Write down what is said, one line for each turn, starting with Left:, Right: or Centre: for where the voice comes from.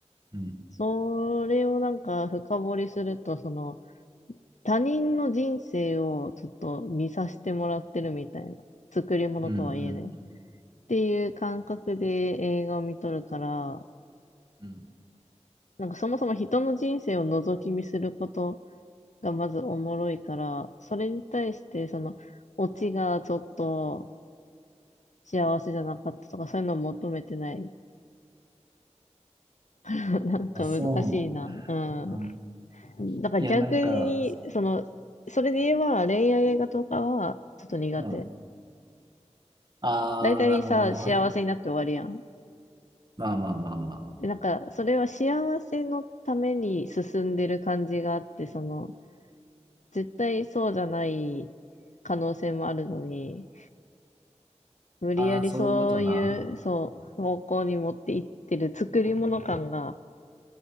Right: うん
Left: それをなんか深掘りすると、その他人の人生をちょっと見させてもらってるみたいな、作り物とはいえね。
Right: うんうんう
Left: っ
Right: ん
Left: ていう感覚で映画を見とるから、
Right: うん
Left: なんかそもそも人の人生を覗き見することがまずおもろいから、それに対してそのオチがちょっと幸せじゃなかったとかそういうのを求めてない。<laughs> なんか難しいな。
Right: まあ、そうなの
Left: う
Right: うん
Left: ん。だから逆に、
Right: いや、なんか、
Left: その、それで言えば恋愛映画とかはちょっと苦手。
Right: うん。ああ、
Left: 大体さ、
Right: なるほどな。
Left: 幸せになって終わりやん。
Right: まあまあまあまあ。
Left: で、なんかそれは幸せのために進んでる感じがあって、その、絶対そうじゃない可能性もあるのに、無理やりそういう、
Right: ああ、そういうことな。
Left: そう、方向に持っていってる作り物感が